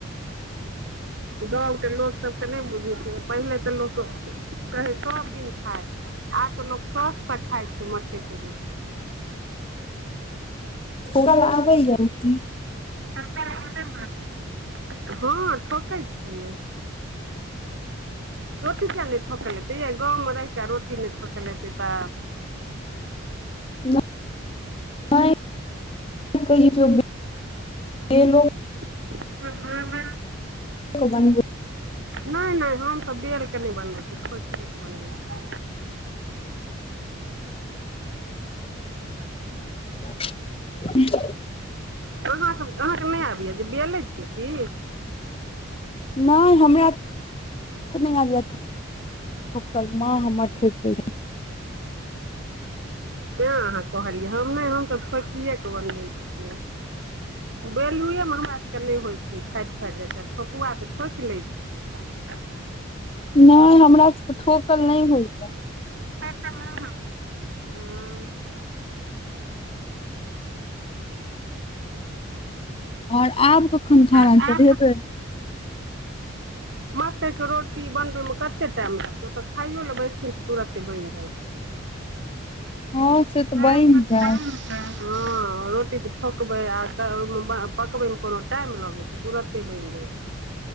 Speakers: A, on the right; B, on the left.
A: गाँवके लोकसभ के नहि बुझै छियै पहिले तऽ लोक कहै सभदिन खाइ आब तऽ लोक शौख से खाइ छै मकई के रोटी
B: ओकर आबैया रोटी
A: हँ ठोकै छियै रोटी किया नहि ठोकल हेते यै गाँव मे रहिके रोटी नहि ठोकल हेते तऽ
B: <unintelligible>
A: ह ह ह <inaudible>
B: बन <inaudible>
A: नहि नहि हमसभ बेल के नहि बनबै छी ठोकिएके बनबै छी
B: ह <inaudible>
A: अहाँ सब अहाँके नहि आबैय जे बेलै छियै की
B: नहि हमरा नहि आबैया मां हमर ठेक दै रहै
A: तै अहाँ कहलियै हम हमसभ ठोकिए कऽ बनबै छियै बैेलुएमे हमरा सभके नहि होइ छै फाटि फाटि जाइ छै आ ठोकुआ तऽ ठोकि लै छै हँ <inaudible>
B: नहि हमरा से ठोकल नहि होइया
A: ह <inaudible>
B: और आब कखन खाना
A: आ
B: चढ़ेबै
A: <inaudible> मकई के रोटी बनबै मे कते टाइम लागतै ओतऽ खाइो लऽ बैसथिन तऽ तुरते बनि जाय छै
B: हँ से तऽ
A: ब
B: बनि
A: ब
B: जायत
A: बू <inaudible> रोटी तऽ ठोकबै आ त ओहिमे पकबैमे कोनो टाइम लगैत छै तुरते बनि जाइ छै